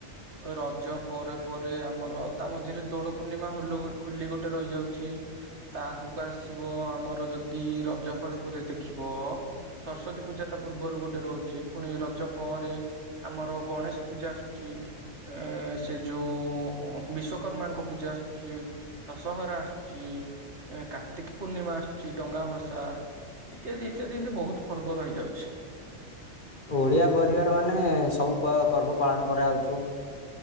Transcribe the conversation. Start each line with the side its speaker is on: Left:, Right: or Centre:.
Right: ରଜ ପରେ ପରେ ଆମର ତା ମଝିରେ ଦୋଳ ପୂର୍ଣ୍ଣିମା ହୋଲ ହୋଲି ଗୋଟେ ରହିଯାଉଛି ତା ଆଗକୁ ଆସ୍ ଆସିବ ଆମର ଯଦି ରଜ ପରେ ପରେ ଦେଖିବ ସରସ୍ଵତୀ ପୂଜା ତା ପୂର୍ବରୁ ଗୋଟେ ରହୁଛି ପୁଣି ରଜ ପରେ ଆମର ଗଣେଶ ପୂଜା ଆସୁଛି ଏ ସେ ଯୋଉ ବିଶ୍ଵକର୍ମାଙ୍କ ପୂଜା ଆସୁଛି ଦଶହରା ଆସୁଛି। ପୂ ଏ କାର୍ତ୍ତିକ ପୂର୍ଣ୍ଣିମା ଆସୁଛି ଡଙ୍ଗା ଭସା। ଇତ୍ୟାଦି ଇତ୍ୟାଦି ଏମିତି ବହୁତ ପର୍ବ ରହିଯାଉଛି।
Left: ଓଡିଆ ପରିବାର ମାନେ ସବୁ ପ ପର୍ବ ପାଳନ କରାଯାଉଥିବ।